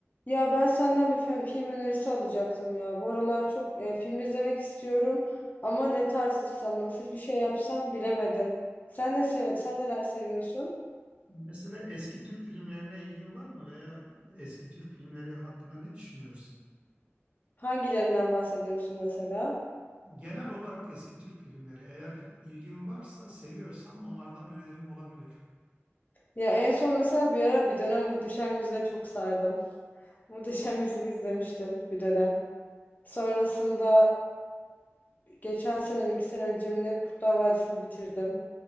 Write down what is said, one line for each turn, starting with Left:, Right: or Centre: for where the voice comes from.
Left: Ya ben senden bir film, film önerisi alacaktım ya. Bu aralar çok e, film izlemek istiyorum ama ne tarz istesem, nasıl bir şey yapsam bilemedim. Sen ne sev sen neler seviyorsun?
Right: Mesela eski Türk filmlerine ilgin var mı veya eski Türk filmleri hakkında ne düşünüyorsun?
Left: Hangilerinden bahsediyorsun mesela?
Right: Genel olarak eski Türk filmleri eğer ilgin varsa, seviyorsan onlardan önerim olabilir.
Left: Ya en son mesela bir ara bir dönem Muhteşem Yüzyıl'e çok sardım. <laughs> Muhteşem Yüzyıl'ı izlemiştim bir dönem. Sonrasında e, geçen sene mi iki sene önce mi ne Kurtlar Vadisi'ni bitirdim.